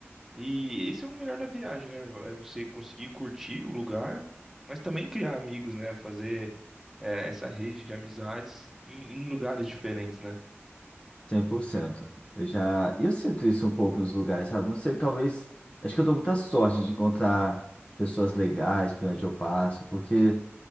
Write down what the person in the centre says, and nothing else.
E esse é o melhor da viagem, né? É você conseguir curtir o lugar, mas também criar amigos, né? Fazer é, essa rede de amizades em, em lugares diferentes, né?